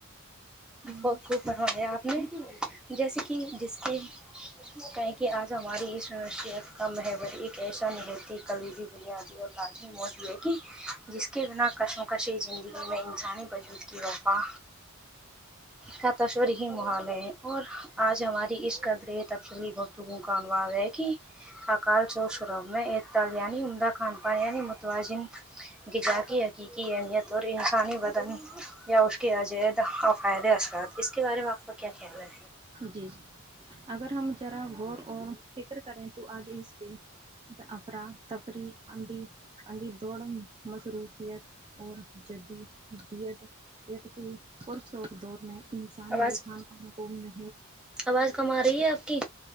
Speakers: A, in the centre; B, on the right (about 20°).
A: بہت خوب فرمایا آپ نے جیسے کہ جس کی کہیں کہہ آج ہماری اس <unintelligible> کا محبور ایک ایسا نہیں ہےکی کلبی <unintelligible> آتی ہے اور رات میں موج بھی ہے کہ جس کے بنا کشمکشی زندگی میں انسانی وجود کی وفا کا تشور ہی ماحول ہے اور آج ہماری اس قدر تفصلی بہت <unintelligible> خان پان یعنی متواجن غذا کی حقیقی اہمیت اور انسانی بدن یا اس کے عجید اقائدہ اثرات اس کے بارے میں آپ کا کیا خیال ہے
B: جی جی اگر ہم ذرا غور اور فکر کریں تو آگے اس کے افرا تفریح اندھی اندھی دوڑ مصروفیت اور جدی <unintelligible>
A: آواز
B: کھان پان کو میں
A: آواز کم آ رہی ہے آپ کی